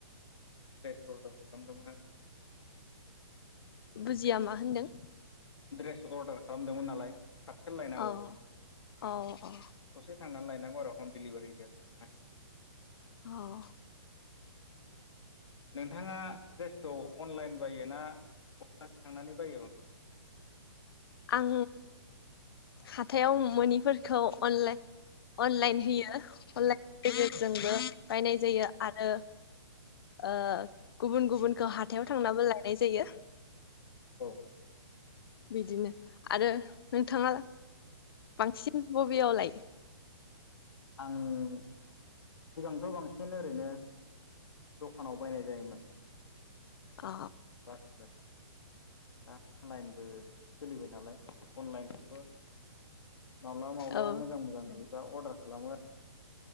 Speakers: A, on the left; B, on the left.
A: <unintelligible>
B: बुजिया मा होनदों
A: द्रेस अर्डार खालामदोंमोन नालाय पार्सेल लायनांगौ
B: औ औ औ
A: ससे थांनानै लायांगौ आरो हम डिलिभारि जागोनावहाय
B: औ
A: नोंथाङा द्रेसखौ अनलाइन बायो ना बहाबा थांनानै बायो बांसिन
B: आं हाथायाव मोनिफोरखौ अनलाइ अनलाइन होयो अनलाइननि गेजेरजोंबो
A: औ
B: बायनाय जायो आरो ओ गुबुन गुबुनखौ हाथायाव थांनाबो लानाय जायो
A: औ
B: बिदिनो आरो नोंथाङा बांसिन <unintelligible> बेयावलाय
A: आं सिगांथ बांसिन ओरैनो दखानाव बायनाय जायोमोन
B: अ
A: बायनाय जायोमोन दा अनलायेनबो सोलिबाय नालाय अनलायेनखौबो माब्लाबा माब्लाबा
B: औ
A: मोजां मोजां नुयो दा अर्दार खालामो आरो